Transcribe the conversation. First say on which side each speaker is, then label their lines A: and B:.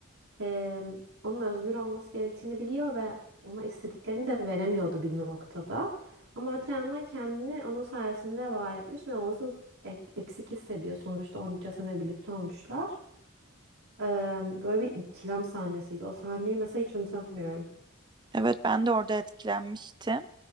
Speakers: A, on the right (about 75°); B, on the right (about 20°).
A: e, onun özgür olması gerektiğini biliyor ve ona istediklerini de veremiyordu bir noktada. Ama öte yandan kendini onun sayesinde var etmiş ve onsuz ek- eksik hissediyor. Sonuçta onca sene birlikte olmuşlar. E, böyle bir ikilem sahnesiydi. O sahneyi mesela hiç unutamıyorum.
B: Evet ben de orada etkilenmiştim.